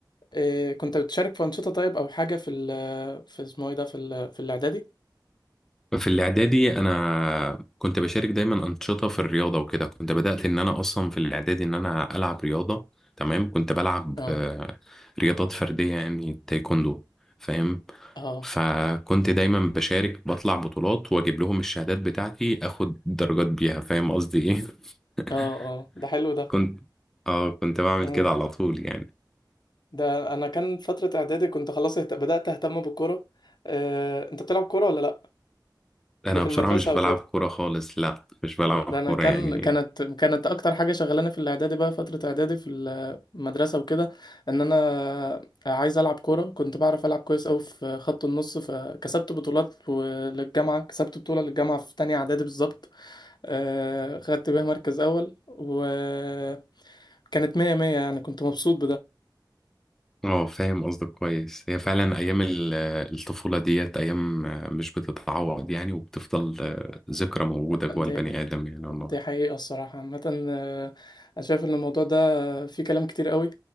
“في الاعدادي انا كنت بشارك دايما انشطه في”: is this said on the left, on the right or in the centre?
Centre